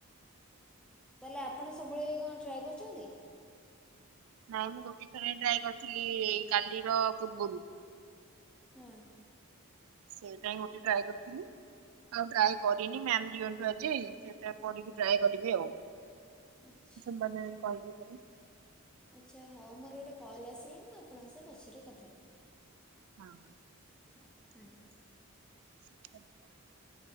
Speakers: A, in the centre; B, on the right.
A: ତାହେଲେ ଆପଣ ସବୁବେଳେ କଣ ଟ୍ରାଏ କରୁଛନ୍ତି?
B: ନାଇଁ ମୁଁ ଗୋଟିିଏ ଥର ହିଁ ଟ୍ରାଏ କରିଥିଲି ଏଇ କାଲିର ପୂର୍ବରୁ।
A: ହଁ
B: ସେଇଟା ହିଁ ଗୋଟେ ଟ୍ରାଏ କରିଥିଲି। ଆଉ ଟ୍ରାଏ କରିନି ମ୍ୟାମ <unintelligible> ଯେ ସେଟା ପଢିକି ଟ୍ରାଏ କରିବି ଆଉ।
A: ଆଚ୍ଛା
B: ସେମାନେ କହିବେ ପୁଣି।
A: ଆଚ୍ଛା ହଉ ମୋର ଗୋଟେ କଲ୍ ଆସିଲାଣି ମୁଁ ଆପଣଙ୍କ ସହ ପଛରେ କଥା ହେବି।
B: ହଁ
A: ହଉ ଧନ୍ୟବାଦ।
B: <inaudible>